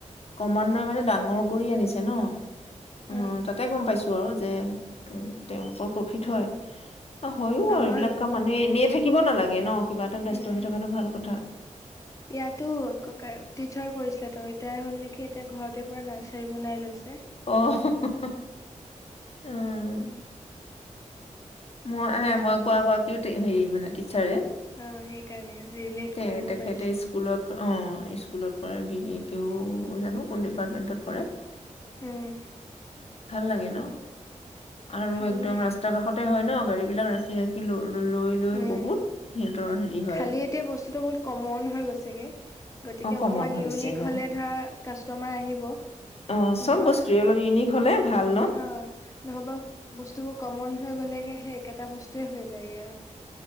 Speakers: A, on the left (about 50°); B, on the left (about 25°).
A: ক্ৰমান্বয়ে মানে ডাঙৰ কৰি আনিছে ন উ
B: অ',
A: তাতে গম পাইছো আৰু যে তেওঁলোকৰ প্ৰফিট হয় অ হয়ো
B: আমাৰো
A: আৰু এইবিলাক কাম আমি এনেই থাকি কিয় নালাগে ন কিবা এটা ব্যস্ত
B: উম,
A: হৈ থকাটো ভাল কথা।
B: ইয়াতো ককাই টিচাৰ কৰিছিলে তেওঁ ৰিটায়াৰ হল নেকি এতিয়া ঘৰতে পুৰা নাৰ্চাৰী বনাই লৈছিল
A: অহ হ হ উম মই এ মই কোৱা গৰাকীও হেৰি মানে টিচাৰে
B: অ সেইটো সেইকাণে ৰিলেট
A: তে
B: কৰিব
A: তেখেতে
B: পাৰিছোঁ।
A: স্কুলত অ স্কুলত কৰা গিৰিকেও জানো কোন ডিপাৰ্টমেন্টত কৰে
B: উম
A: ভাল লাগে ন আৰু
B: ভাল
A: একদম
B: লাগে
A: ৰাস্তা কাষতে হয় ন গাড়ী বিলাক ৰাখি ৰাখি ৰৈ লৈ
B: উম।
A: বহুত হেৰি হয়
B: খালি এতিয়া বস্তুটো বহুত কমন হৈ গৈছেগে। গতিকে
A: অ
B: অকণমান
A: কমন হৈ
B: ইউনিক
A: গৈছে গা।
B: হ'লে ধৰা কাষ্টমাৰ আহিব।
A: অ
B: নহ'বা
A: চব বস্তুৱয়ে অলপ ইউনিক হলে ভাল ন
B: অ নহ'বা বস্তুবোৰ কমন হৈ গ'লেগে সেই একেটা বস্তুৱয়ে হৈ যায়গে আৰু।